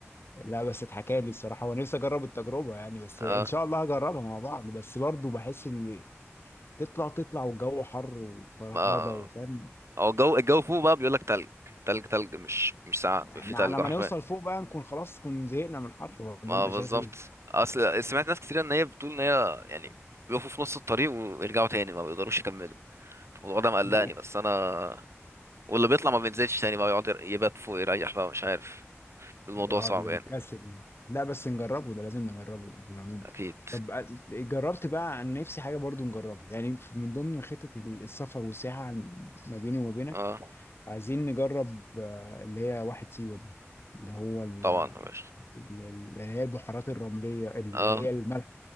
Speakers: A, on the left (about 55°); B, on the right (about 65°).
A: لا بس اتحكى لي الصراحة ونفسي اجرب التجربة يعني بس
B: اه
A: ان شاء الله هجربها مع بعض بس برضه بحس ان تطلع تطلع والجو حر وفرهضة
B: ما
A: وفاهم
B: هو الجو الجو فوق بقى بيقول لك تلج تلج تلج مش مش ساعة
A: احنا
B: في تلج
A: على ما
B: حرفيا
A: نوصل فوق بقى نكون خلاص كنا زهقنا من الحر ولا
B: ما
A: انت
B: بالظبط
A: شايف ايه؟
B: اصل سمعت ناس كتير ان هي بتقول ان هي يعني بيقفوا في نص الطريق ويرجعوا تاني ما بيقدروش يكملوا الموضوع ده مقلقني
A: لا
B: بس انا واللي بيطلع ما بينزلش تاني بقى يقعد يبات فوق يريح بقى مش عارف الموضوع
A: اه
B: صعب
A: بيبقى
B: يعني
A: مكسل لا بس نجربه ده لازم نجربه في العموم
B: اكيد
A: طب أ- جربت بقى عن نفسي حاجة برضو نجربها يعني في- من ضمن خطة ال- السفر والسياحة عن- ما بيني وما بينك
B: اه
A: عايزين نجرب آه، اللي هي واحد سيوة دي اللي هو ال-
B: طبعا يا باشا
A: ال- اللي هي البحيرات الرملية اللي
B: اه
A: هي الملح